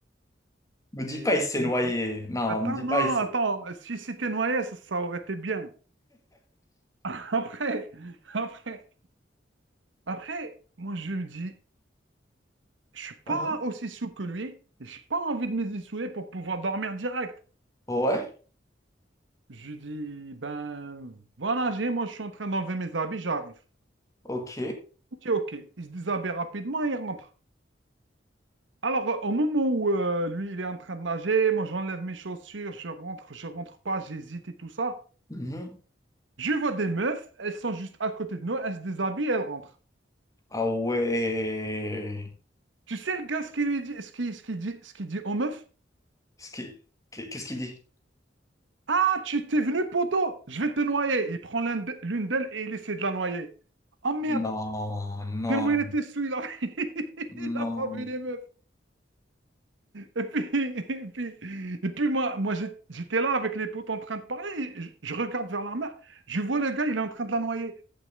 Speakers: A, on the left; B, on the right.
A: Me dis
B: Et
A: pas, il s'est
B: je
A: noyé.
B: me dis,
A: Non,
B: attends,
A: me dis
B: non,
A: pas, il s'est...
B: attends, si c'était noyé, ça, ça aurait été bien. <laughs> Après, après, après, moi, je me dis, je suis pas
A: Hein
B: aussi sous que lui, et j'ai pas envie de me dessouler pour pouvoir dormir direct.
A: <laughs> Ouais,
B: Je lui dis, ben voilà, j'ai, moi je suis en train d'enlever mes habits, j'arrive.
A: ok.
B: Il dit ok. Il se déshabille rapidement et il rentre. Alors, euh, au moment où euh, lui, il est en train de nager, moi j'enlève mes chaussures, je rentre, je rentre pas, j'hésite et tout ça.
A: Mhm.
B: Je vois des meufs, elles sont juste à côté de nous, elles se déshabillent et elles rentrent.
A: Ah ouais.
B: Tu sais le gars ce qu'il lui dit, ce qui, ce qu'il dit, ce qu'il dit aux meufs?
A: Ce qui- qu'est- Qu'est-ce qu'il dit?
B: Ah, tu t'es venu, poteau, je vais te noyer. Il prend l'un d'e- l'une d'elles et il essaie de la noyer. Oh merde,
A: Non, non,
B: tellement il était sous, il a, <laughs> il
A: non,
B: a pas vu les meufs. Et puis, <laughs> et puis, et puis moi, moi j'ai- j'étais là avec les potes en train de parler. et Je, je regarde vers la mer. Je vois le gars, il est en train de la noyer.